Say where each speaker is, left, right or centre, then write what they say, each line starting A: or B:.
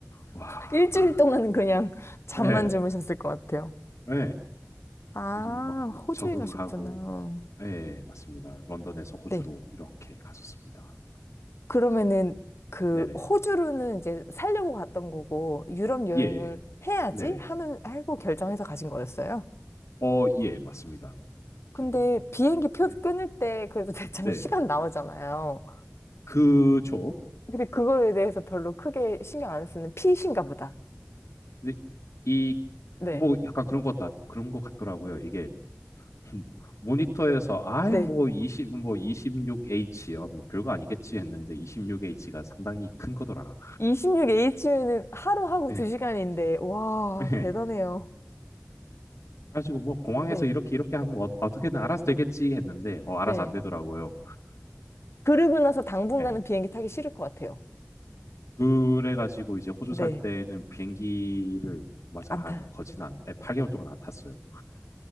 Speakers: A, on the left (about 80°); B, on the left (about 60°).
A: 와.
B: 일주일
A: <laughs>
B: 동안은 그냥 <laughs> 잠만
A: 예.
B: 주무셨을 것 같아요.
A: 예.
B: 아,
A: 그래가지고 막
B: 호주에
A: 적응하고
B: 가셨구나.
A: 예, 맞습니다. 런던에서 호주로
B: 네.
A: 이렇게 갔었습니다.
B: 그러면은 그
A: 네네.
B: 호주로는 이제 살려고 갔던 거고 유럽 여행을
A: 예.
B: 해야지
A: 네네.
B: 하면 하고 결정해서 가신 거였어요.
A: 어, 예, 맞습니다. 이게
B: 근데 비행기 표
A: 네.
B: 끊을 때 그래도 <laughs> 대충
A: 네.
B: 시간 나오잖아요.
A: 그쵸.
B: 근데 그거에 대해서 별로 크게 신경 안 쓰는 피신가 보다.
A: 근데 이,
B: 네.
A: 뭐, 약간 그런 것 같, 그런 것 같더라고요. 이게, <laughs> 모니터에서, 아이,
B: 네.
A: 뭐, 2십 뭐, 26H, 어, 뭐, 별거 아니겠지 했는데, 26H가 상당히 큰 거더라.
B: 26H는 하루하고
A: 예,
B: 2시간인데, 와,
A: 예.
B: 대단해요.
A: 그래가지고, 뭐, 공항에서
B: 네,
A: 이렇게, 이렇게 하면 어, 어떻게든 알아서 되겠지 했는데, 어, 알아서
B: 네.
A: 안 되더라고요.
B: 그러고 나서 당분간은
A: 예.
B: 비행기 타기 싫을 것 같아요.
A: 그래가지고, 이제 호주
B: 네,
A: 살 때는 비행기를, 맞아,
B: 안
A: 한,
B: 타.
A: 거진 한, 예, 8개월 동안 안 탔어요.